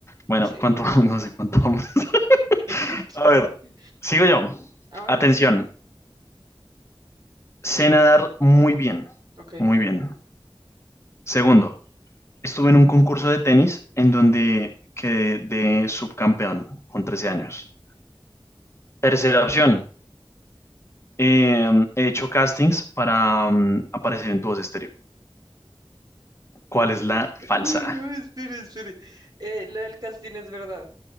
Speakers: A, on the left (about 30°); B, on the right (about 45°).
A: bueno,
B: Sí.
A: ¿cuánto? vamos? <laughs> No sé cuánto vamos. <laughs>
B: <laughs>
A: A ver, sigo yo.
B: A ver,
A: Atención, sé nadar muy bien,
B: ok,
A: muy bien. Segundo, Estuve en un concurso de tenis en donde quedé de subcampeón con 13
B: ok.
A: años. Tercera opción, eh, he hecho castings para mm, aparecer en Tu Voz Estéreo. ¿Cuál es la falsa?
B: Uy, no, espere, espere. Eh, lo del casting es verdad.